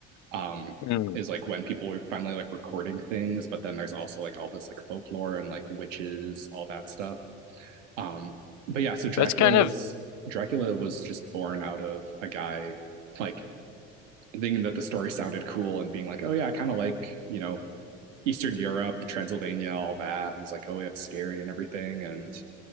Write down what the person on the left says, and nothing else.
Hmm.
That's kind of,